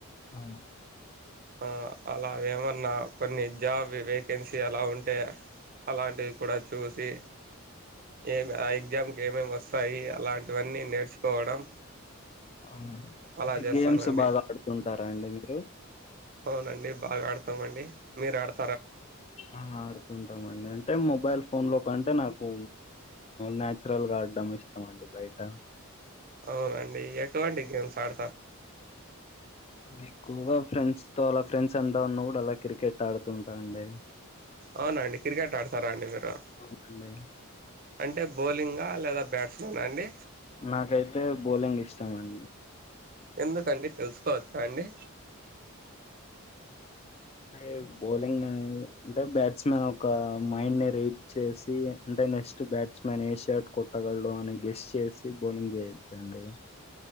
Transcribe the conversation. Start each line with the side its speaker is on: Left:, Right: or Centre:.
Left: అ
Right: ఆ అలావేమన్నా కొన్ని జాబ్ వేకెన్సీ అలా ఉంటే అలాంటివి కూడా చూసి ఏ ఆ ఎగ్జామ్కి ఏమేమి వస్తాయి అలాంటివన్నీ నేర్చుకోవడం
Left: అవున
Right: అలా
Left: అంటే
Right: చేస్తానండి
Left: గేమ్స్ బాగా ఆడుతుంటారా అండి మీరు
Right: అవునండి బాగా ఆడతామండి మీరు ఆడత
Left: ఆ ఆడుతుంటామండి అంటే మొబైల్ ఫోన్ లో కంటే నాకు నాచురల్ గా ఆడ్డం ఇష్టం అండి బయట
Right: అవునండి ఎటువంటి గేమ్స్ ఆడ
Left: ఎక్కువగ ఫ్రెండ్స్ తో అలా ఫ్రెం డ్స్ అంతా ఉన్నవుడు అలా క్రికెట్ ఆడుతూ ఉంటా అండి
Right: అవునండి క్రికెట్ ఆడతారా అండి మీరు
Left: అవునండి
Right: అంటే బౌలింగా లేదా బ్యాట్స్మెన్ అండి
Left: నాకైతే బౌలింగ్ ఇష్టం అం
Right: ఎందుకండి తెలుసుకోవచ్చా అండి
Left: అ బౌలింగ్ అంటే బ్యాట్స్ మెన్ ఒక మైండ్ ని రీడ్ చేసి అంటే నెక్స్ట్ బ్యాట్స్ మెన్ ఏ షార్ట్ కొట్టగలడు అని గెస్ చేసి బౌలింగ్ చేయచ్చండి